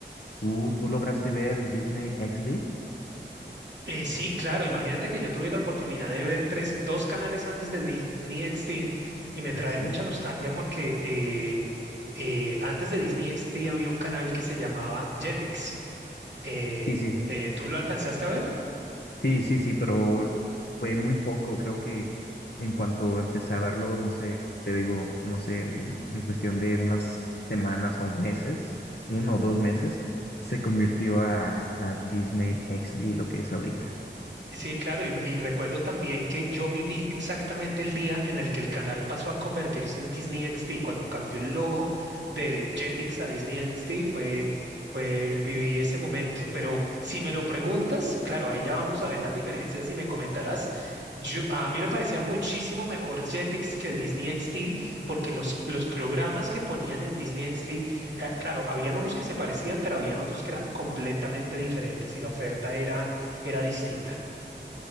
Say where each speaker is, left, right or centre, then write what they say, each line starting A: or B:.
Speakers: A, on the left (about 60°); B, on the right (about 70°).
A: ¿Tú, tú lograste ver Disney XD?
B: Eh, sí, claro, imagínate que yo tuve la oportunidad de ver tres, dos canales antes de Disney XD y me
A: Ah,
B: trae
A: sí.
B: mucha nostalgia porque eh, eh, antes de Disney XD había un canal que se llamaba Jetix. Eh,
A: Sí, sí, sí.
B: eh, ¿tú lo alcanzaste a ver?
A: Sí, sí, sí, pero fue muy poco. Creo que en cuanto empecé a verlo, no sé, te digo, no sé, en, en cuestión de unas semanas o meses, uno o dos meses, se convirtió a, a Disney XD, lo que es ahorita.
B: Sí, claro, y, y recuerdo también que yo viví exactamente el día en el que el canal pasó a convertirse en Disney XD, cuando cambió el logo de Jetix a Disney XD, fue, fue, viví ese momento. Pero si me lo preguntas, claro, ahí ya vamos a ver las diferencias y me comentarás. Yo, a mí me parecía muchísimo mejor Jetix que Disney XD, porque los, los programas que ponían en Disney XD, eh, claro, habían unos que se parecían, pero habían otros que eran completamente diferentes y la oferta era, era distinta.